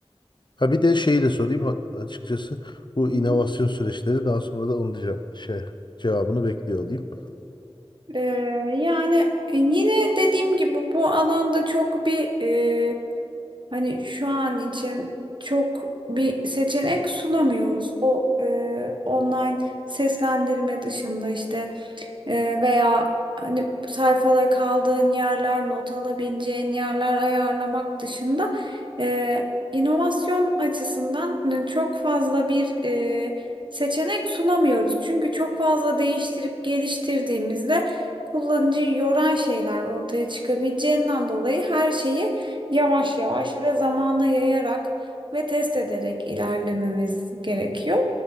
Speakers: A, on the left; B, on the right.
A: Ha bir de şeyi de sorayım ha- açıkçası bu inovasyon
B: hı.
A: süreçleri daha sonra da onun da ce- şey cevabını bekliyor olayım.
B: Ee, yani e, yine dediğim gibi bu alanda çok bir e, hani şu an için çok bir seçenek sunamıyoruz. O e, online seslendirme dışında işte ee, veya hani sayfada kaldığın yerler, not alabileceğin yerler ayarlamak dışında e, inovasyon açısından çok fazla bir e, seçenek sunamıyoruz. Çünkü çok fazla değiştirip geliştirdiğimizde kullanıcıyı yoran şeyler ortaya çıkabileceğinden dolayı her şeyi yavaş yavaş ve zamana yayarak ve test ederek ilerlememiz gerekiyor.